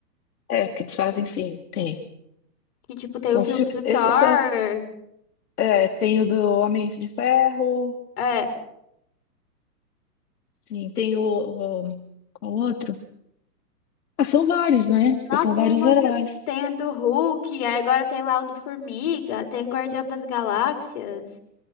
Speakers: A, on the left; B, on the left.
A: É, que eles fazem sim, tem.
B: Que, tipo, tem
A: São
B: o filme
A: os filmes-
B: do Thor.
A: esses são, é, tem o do Homem de Ferro,
B: É.
A: sim, tem o, o qual outro? Ah, são vários, né? Porque
B: Nossa,
A: são vários
B: tem muito.
A: heróis.
B: Tem o do Hulk, aí agora tem lá o do Formiga, tem Guardião das Galáxias.